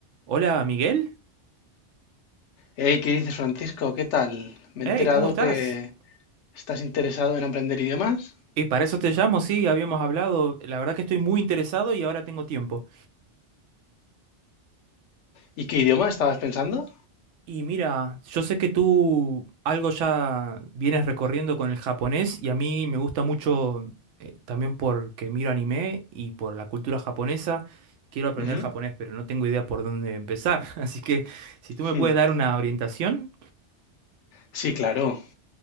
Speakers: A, on the right; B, on the left.
A: Hola, Miguel.
B: Hey, ¿qué dices, Francisco? ¿Qué tal? Me
A: Hey,
B: he enterado
A: ¿cómo estás?
B: que estás interesado en aprender idiomas.
A: Y para eso te llamo, sí, habíamos hablado. La verdad que estoy muy interesado y ahora tengo tiempo.
B: ¿Y qué idioma estabas pensando?
A: Y mira, yo sé que tú algo ya vienes recorriendo con el japonés y a mí me gusta mucho eh, también porque miro anime y por la cultura japonesa. Quiero aprender
B: Ujú.
A: japonés, pero no tengo idea por dónde empezar. <laughs> Así que si tú me
B: Hmm.
A: puedes dar una orientación,
B: Sí, claro.